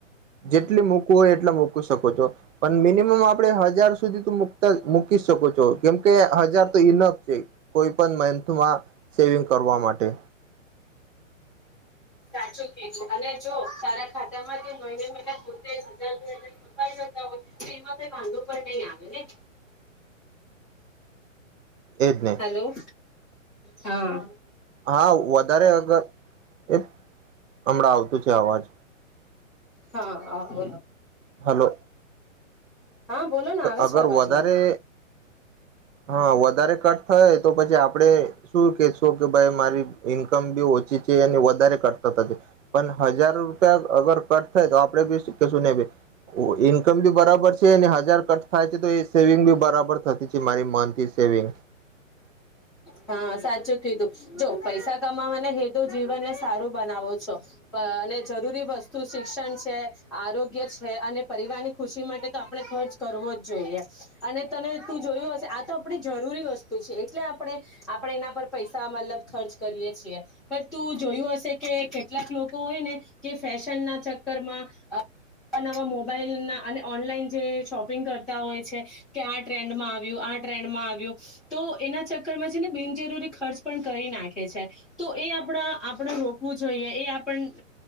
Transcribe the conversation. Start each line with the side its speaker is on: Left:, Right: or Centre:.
Right: જેટલી મૂકવું હોય એટલા મૂકી શકો છો પણ મિનિમમ આપણે હજાર સુધી તો મકતા મૂકી શકો છો કેમકે હજાર તો ઇનફ છે કોઈ પણ મંથમાં સેવિંગ કરવા માટે અઠ
Centre: સાચું કીધું અને જો તારા ખાતા માંથી મહિને મહિ પોતે હજાર બે હજાર કપાઈ જતા હોય તો એમાં કઈ વાંધો પણ નહીં આવે ને
Right: એદને
Centre: હેલો હા
Right: હા વધારે અગર એ હમણાં આવતું છે અવાજ
Centre: હા હ બ
Right: હલો
Centre: હા બોલો ને આવે
Right: અગર
Centre: છે અવાજ
Right: વધારે
Centre: મનવા
Right: હા વધારે કટ થાય તો પછી આપડે શું કેશું કે ભાઈ મારી ઈન્કમ બી ઓછી વધારે કરતા પણ હજાર રૂપિયાગર કટ થાય તો આપે બીશુંહી ઇન્કમ બી બરાબર છે હજાર કચ થાય છે તો એ સેવિંગ બી બરાબર થતી છે મારી મંથ સેવિંગ
Centre: હા સાચું કીધું જો પૈસા કમાવાના હેદુ જીવનને સારું બનાવો છો અને અ જરૂરી વસ્તુ શિક્ષણ છે આરોગ્ય છે અને પરિવારની ખુશી માટે તો આપણે ખર્ચ કરવો જ જોઈએ અને તને તું જોયું હશે આ તો આપણી જરૂરી વસ્તુ છે એટલે આપણે આપણે એના પર પૈસા મતલબ ખર્ચ કરીએ છીએ પણ તું જોયું હશે કે કેટલાક લોકો હોય ને કે ફેશન ના ચક્કરમાં નવા નવા મોબાઈલ ના અને ઓનલાઈન જે શોપિંગ કરતા હોય છે કે આ ટ્રેન્ડમાં આવ્યું આ ટ્રેન્ડમાં આવ્યું તો એના ચર કર્ છે ને બિનજરૂરી ખર્ચ પણ કરી નાખે છે તો એ આપ આપણે રોકવું જોઈએ એ આપને